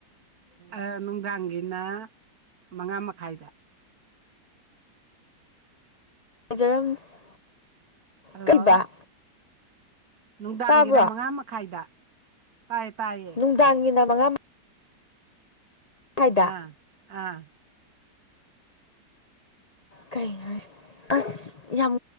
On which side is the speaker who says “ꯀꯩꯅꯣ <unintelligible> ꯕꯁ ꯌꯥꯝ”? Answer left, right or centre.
Left